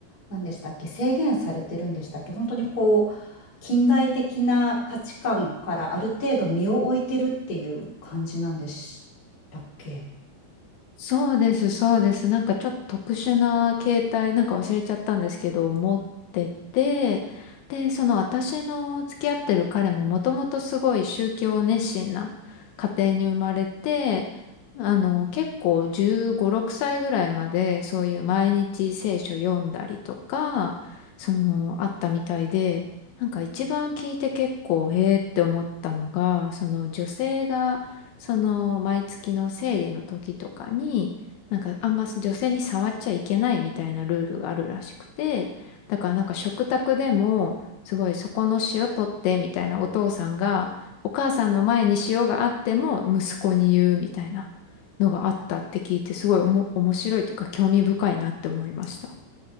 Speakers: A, on the left; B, on the left.
A: 何でしたっけ、制限されてるんでしたっけ、本当にこう、近代的な価値観からある程度身を置いてるっていう感じなんでしたっけ。
B: そうです、そうです。なんかちょっと特殊な携帯、なんか忘れちゃったんですけど、持ってて、で、その私の付き合ってる彼ももともとすごい宗教熱心な家庭に生まれて、あの、結構15、6歳ぐらいまでそういう毎日聖書読んだりとか、その、あったみたいで、なんか一番聞いて結構、へえって思ったのが、その女性がその毎月の生理の時とかに、なんかあんま女性に触っちゃいけないみたいなルールがあるらしくて、だからなんか食卓でも、すごいそこの塩取ってみたいなお父さんが、お母さんの前に塩があっても息子に言うみたいなのがあったって聞いて、すごいおも面白いというか興味深いなって思いました。